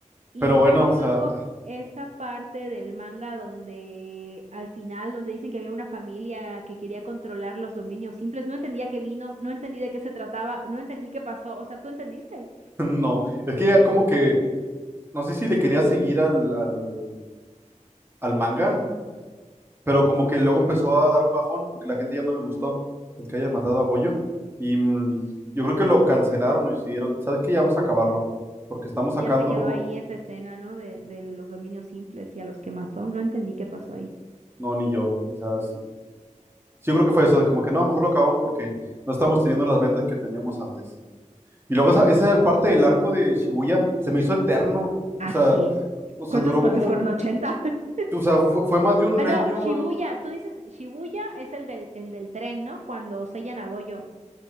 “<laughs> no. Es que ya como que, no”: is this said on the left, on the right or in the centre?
Right